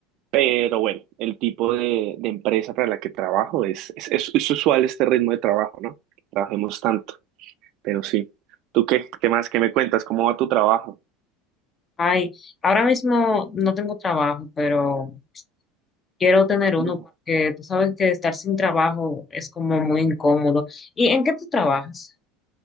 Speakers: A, on the right (about 55°); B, on the left (about 30°).
A: pero bueno, el tipo de, de empresa para la que trabajo es, es, es, es usual este ritmo de trabajo, ¿no? Trabajemos tanto, pero sí. ¿Tú qué? ¿Qué más? ¿Qué me cuentas? ¿Cómo va tu trabajo?
B: Ay, ahora mismo no tengo trabajo, pero quiero tener uno
A: No.
B: porque tú sabes que estar sin trabajo es como muy incómodo. ¿Y en qué tú trabajas?